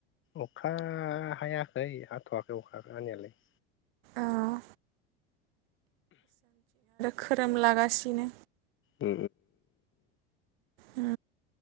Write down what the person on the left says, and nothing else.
अखा हायाखै हाथ'वाखै अखा हानायालाय
उ।